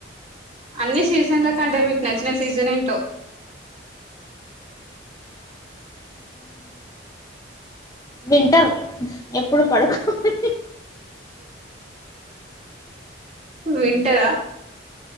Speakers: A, on the right (about 35°); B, on the left (about 20°).
A: అన్ని సీజన్లకంటే మీకు నచ్చిన సీజన్ ఏంటో
B: వింటర్ ఎప్పుడు పడుకోని
A: వింటర్ఆ